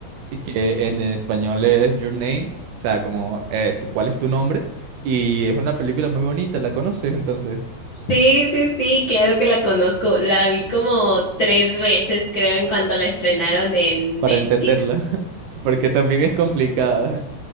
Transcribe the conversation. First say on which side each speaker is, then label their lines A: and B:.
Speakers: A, on the right; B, on the left.
A: y que en español es Your Name, o sea, como eh, tu, ¿cuál es tu nombre? Y es una película muy bonita, ¿la conoces entonces?
B: Sí, sí, sí, claro que la conozco. La vi como tres veces, creo, en cuanto la estrenaron en
A: Para
B: Netflix.
A: entenderla, <laughs> porque también es complicada.